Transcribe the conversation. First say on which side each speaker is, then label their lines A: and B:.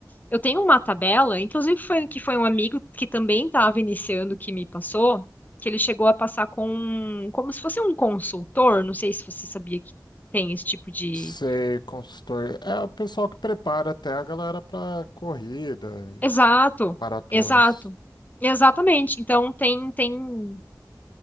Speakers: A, on the left; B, on the left.
A: Eu tenho uma tabela, inclusive foi que foi um amigo que também estava iniciando que me passou, que ele chegou a passar com um, como se fosse um consultor, não sei se você sabia que tem esse tipo de.
B: Sei, consultor. É o pessoal que prepara até a galera pra corrida e
A: Exato,
B: maratonas.
A: exato. Exatamente. Então tem tem